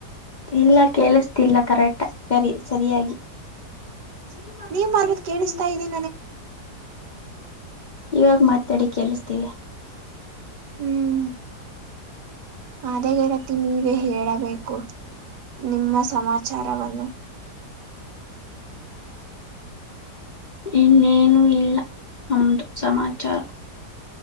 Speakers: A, on the left; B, on the right.
A: ಇಲ್ಲ ಕೇಳಿಸ್ತಿಲ್ಲ ಕರೆಕ್ಟ್ ಸರಿ ಸರಿಯಾಗಿ ಶ್ರೀಮಕ
B: ನೀವ್
A: ನಿ
B: ಮಾಡೋದ್
A: ಕೇಳಿಸ್ತಾ ಇದಿ ನನಗೆ
B: ಇದೆ
A: ಇವಾಗ ಮಾತಾಡಿ ಕೇಳಿಸತೀದೆ
B: ಹ್ಮ್ ಅದಾಗಿ ರತಿ ನೀವೇ ಹೇಳಬೇಕು ನಿಮ್ಮ ಸಮಾಚಾರವನ್ನು
A: ಇನ್ನೇನು ಇಲ್ಲ ನಮ್ದು ಸಮಾಚಾರ